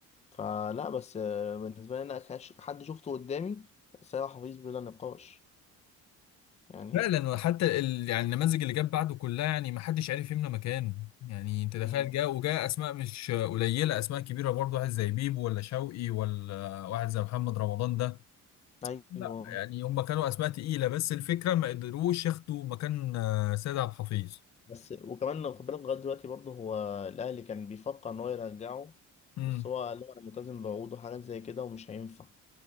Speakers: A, on the left; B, on the left.
A: فلا بس آه، بالنسبه لي انا كاش- حد شفته قدامي سامح حفيظ بلا نقاش يعني
B: فعلا وحتى ال... يعني النماذج اللي جت بعده كلها يعني ما حدش عارف يملى مكانه يعني انت تخيل
A: مم.
B: جاء وجاء اسماء مش قليله اسماء كبيره برضه واحد زي بيبو ولا شوقي ولا واحد زي محمد رمضان ده
A: ايوه
B: لا يعني هم كانوا اسماء تقيله بس الفكره ما قدروش ياخدوا مكان آه، سيد عبد الحفيظ
A: بس وكمان خد بالك لغايه دلوقتي برضه هو الاهلي كان بيفكر ان هو يرجعه
B: امم
A: بس هو قال لهم انا ملتزم بعقوده حاجات زي كده ومش هينفع